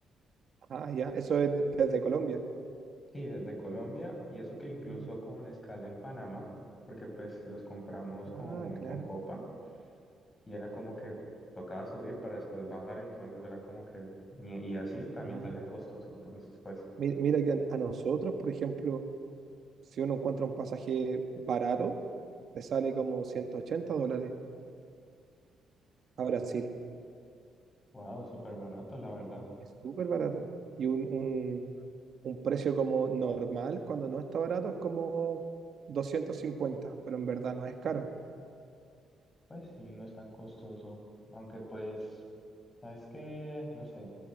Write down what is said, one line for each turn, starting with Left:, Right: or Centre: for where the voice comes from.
Right: Ah, ya, eso es desde Colombia.
Left: Sí, desde Colombia y eso que incluso
Right: Mm.
Left: con escala en Panamá, porque pues los compramos
Right: Ah,
Left: con,
Right: claro.
Left: con Copa. y era como que tocaba subir para después bajar, entonces era como que, y, y así también
Right: Ah.
Left: salía costoso, entonces pues,
Right: Mi- Mira que a, a nosotros, por ejemplo, Si uno encuentra un pasaje barato, te sale como 180 dólares a Brasil.
Left: wow, súper barato, la verdad,
Right: Es súper barato. Y un, un- un precio como normal, cuando no está barato, es como 250, pero en verdad no es caro.
Left: pues sí, no es tan costoso, aunque pues, es que, no sé,